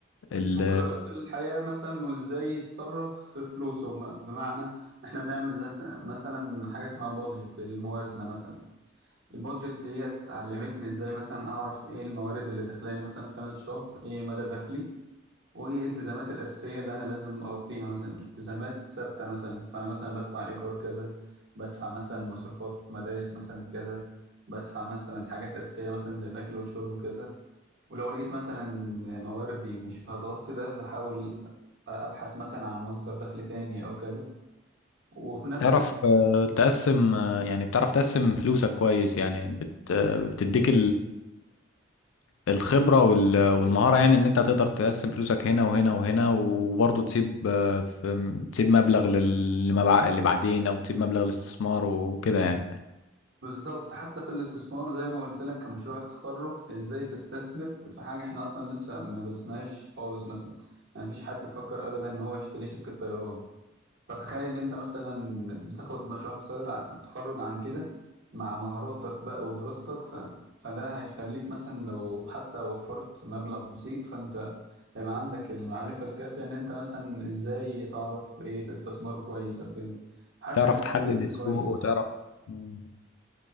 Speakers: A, on the left; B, on the right.
A: ال...
B: مجريات الحياة مثلا وازاي يتصرف في فلوسه بمعنى احنا بنعمل زي مثلا حاجة اسمها بادجت الموازنة مثلا البادجت ديت علمتني ازاي مثلا اعرف ايه الموارد اللي داخلالي مثلا خلال الشهر ايه مدى دخلي وايه الالتزامات الاساسيه اللي انا لازم اغطيها مثلا التزامات ثابته مثلا فانا مثلا بدفع ايجار كذا بدفع مثلا مصروفات مدارس مثلا كذا بدفع مثلا حاجات اساسيه مثلا زي الاكل والشرب كذا ولو لقيت مثلا مواردي مش هتغطي ده فحاول ابحث مثلا عن مصدر دخل تاني او كذا وفي نفس
A: تعرف آه، تقسم آه، يعني بتعرف تقسم فلوسك كويس يعني بت... آه، بتديك الخبرة وال- والمهارة يعني ان انت تقدر تقسم فلوسك هنا وهنا وهنا وبرضه تسيب آه، في تسيب مبلغ لل- لما بع- اللي بعدين او تسيب مبلغ للاستثمار وكده يعني
B: بالظبط حتى في الاستثمار زي ما قلت لك كمشروع التخرج ازاي تستثمر في حاجه احنا اصلا لسه ما درسناهاش خالص مثلا يعني مفيش حد فكر ابدا ان هو يشتري شركه طيران فتخيل انت مثلا بتاخد مشروع تخير- تخرج عن كده مع مهاراتك بقى ودراستك ف... فده هيخليك مثلا لو حتى وفرت مبلغ بسيط فانت هيبقى عندك المعرفه الكافيه ان انت مثلا ازاي تعرف ايه تستثمره كويس او كده حاسس
A: تعرف
B: ان
A: تحلل
B: انت
A: السوق
B: كويس
A: وتعرف
B: صراحه
A: مم.